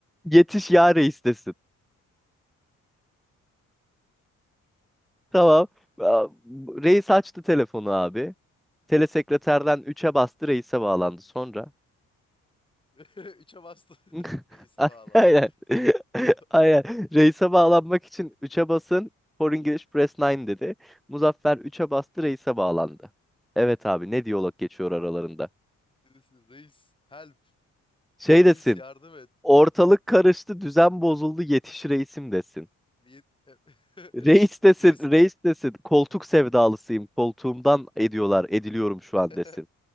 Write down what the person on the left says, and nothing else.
Tamam.
<laughs> Üçe bastı. <laughs>
Reis'e bağlandı.
<laughs>
Ne desin? Reis help.
Reis
yardım et.
Reis, <laughs>
Reis,
e-
<laughs>